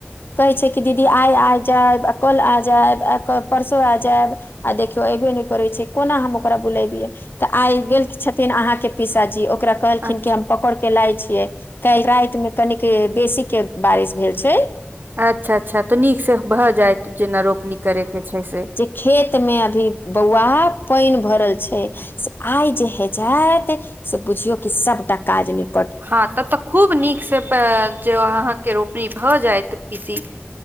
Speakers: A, on the left (about 60°); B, on the right (about 55°).
A: कहै छै की दीदी आइ आ जायब कल आ जायब परसो आ जायब आ देखियौ अएबे नहि करै छै कोना हम ओकरा बुलेैतियै? तऽ आइ गेल छथिन अहाँके पिसाजी ओकरा कहलखिन
B: अच्छा
A: कि हम पकड़ के लाय छियै काल्हि रातिमे कनिक बेसीके बारिश भेल छै
B: अच्छा अच्छा तऽ नीक से भऽ जायत जेना रोपनी करैके छै से?
A: खेतमे अभी बौआ पानि भरल छै आइ जे हेतै जाइत से बुझियौ कि सभटा काज निपटि
B: हँ तऽ तऽ खूब नीक से प जे अहाँके रोपनी भऽ जायत पीसी